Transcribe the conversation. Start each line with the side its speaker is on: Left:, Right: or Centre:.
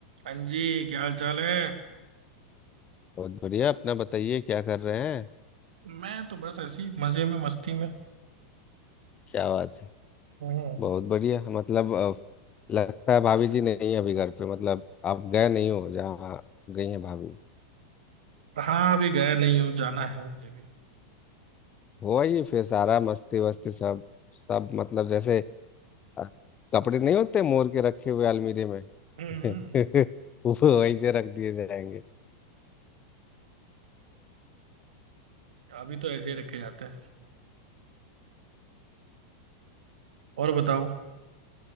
Right: हाँ जी क्या हाल चाल है
Left: बहुत बढ़िया अपना बताइए क्या कर रहे हैं
Right: मैं तो बस ऐसे ही मजे में मस्ती में
Left: क्या बात है
Right: हूँ
Left: बहुत बढ़िया मतलब अ, लगता है भाभी जी नहीं है अभी घर पे मतलब आप गए नहीं हो जहाँ गई हैं भाभी
Right: कहाँ अभी गया नहीं हूँ जाना है मुझे भी
Left: हो आइए फिर सारा मस्ती वस्ती सब सब मतलब जैसे अ, कपड़े नहीं होते मोर के रखे हुए अलमीरे में
Right: हम्म
Left: <laughs>
Right: हम्म,
Left: वो वैसे रख दिए जाएंगे
Right: अभी तो ऐसे ही रखे जाते हैं और बताओ